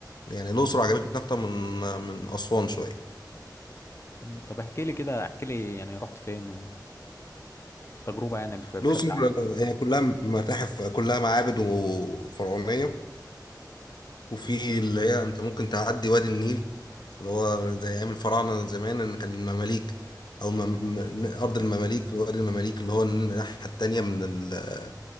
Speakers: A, on the left; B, on the left.
A: يعني الاقصر عجبتني اكتر من آه، من اسوان شويه
B: مم، طب احكي لي كده احكي لي يعني رحت فين وتجربة يعني ب- بشكل
A: الاقصر
B: عام
A: آه، هي كلها متاحف كلها معابد وفرعونيه وفي اللي هي انت ممكن تعدي وادي النيل اللي هو زي ايام الفراعنه زمان ان كان المماليك او مم... ارض المماليك وادي المماليك اللي هو الناحيه التانيه من ال...